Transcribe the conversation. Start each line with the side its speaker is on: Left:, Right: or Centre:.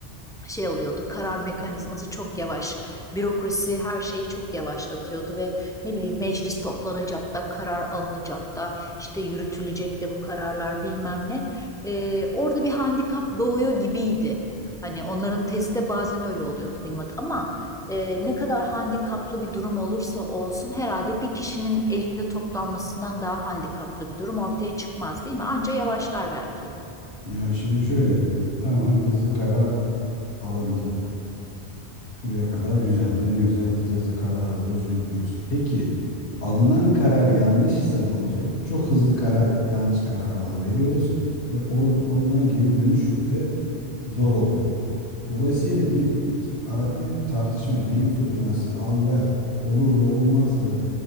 Centre: şey oluyordu. Karar mekanizması çok yavaş. Bürokrasi her şeyi çok yavaşlatıyordu ve ne bileyim meclis toplanacak da karar alınacak da işte yürütülecek de bu kararlar bilmem ne. Ee, orada bir handikap doğuyor gibiydi. Hani onların tezi de bazen öyle oluyordu benim adım. Ama e, ne kadar handikaplı bir durum olursa olsun herhalde bir kişinin elinde toplanmasından daha handikaplı bir durum ortaya çıkmaz değil mi? Anca yavaşlar belki.
Left: Ya şimdi şöyle, tamam hızlı karar alındı. Buraya kadar güzel. Öne güzel hızlı hızlı karar alıyoruz, uyguluyoruz. Peki alınan karar yanlış ise ne olacak? Çok hızlı karar, yanlış karar alıveriyoruz ve or- ondan geri dönüş de zor oluyor. Dolayısıyla bir iç- arada bir tartışma, beyin fırtınası, al ver, olurdu olmazdı